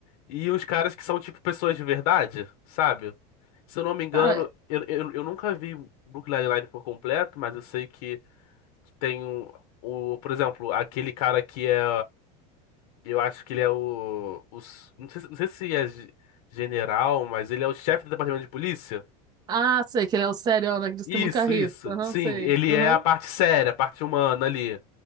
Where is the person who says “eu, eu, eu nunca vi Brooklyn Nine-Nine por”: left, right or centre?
Left